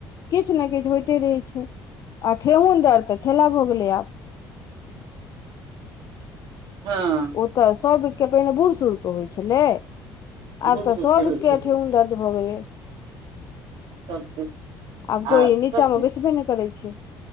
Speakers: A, on the left (about 50°); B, on the right (about 70°).
A: किछ न किछ होइतै रहै छै आ ठेहुन दर्द तऽ खेला भऽ गेलै आब
B: हाॅं
A: ओतऽ सभके पहिने बूढ़ सूरऽके होइ छलै आब
B: बूढ़
A: तऽ
B: सूढ़
A: सबके
B: के होइ छलै
A: ठेहुन दर्द भऽ गेलै
B: सबके
A: आब कोइ
B: आ
A: नीचामे
B: सब चीज
A: बैसबे नहि करै छै